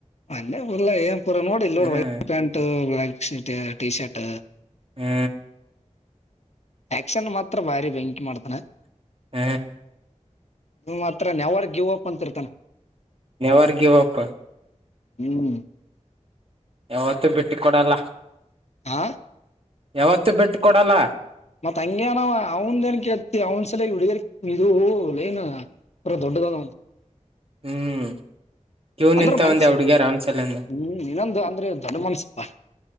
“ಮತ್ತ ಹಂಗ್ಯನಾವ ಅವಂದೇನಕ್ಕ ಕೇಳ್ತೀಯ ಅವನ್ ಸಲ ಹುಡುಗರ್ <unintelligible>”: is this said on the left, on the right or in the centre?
Left